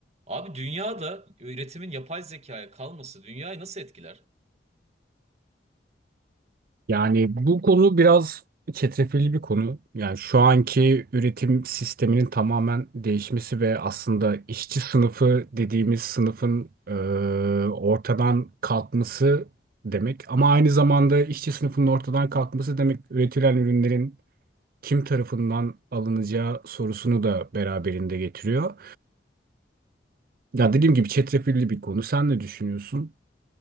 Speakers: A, on the right; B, on the right.
A: Abi dünyada üretimin yapay zekaya kalması dünyayı nasıl etkiler?
B: Yani bu konu biraz çetrefilli bir konu. Yani şu anki üretim sisteminin tamamen değişmesi ve aslında işçi sınıfı dediğimiz sınıfın e, ortadan kalkması demek. Ama aynı zamanda işçi sınıfının ortadan kalkması demek üretilen ürünlerin kim tarafından alınacağı sorusunu da beraberinde getiriyor. Ya dediğim gibi çetrefilli bir konu. Sen ne düşünüyorsun?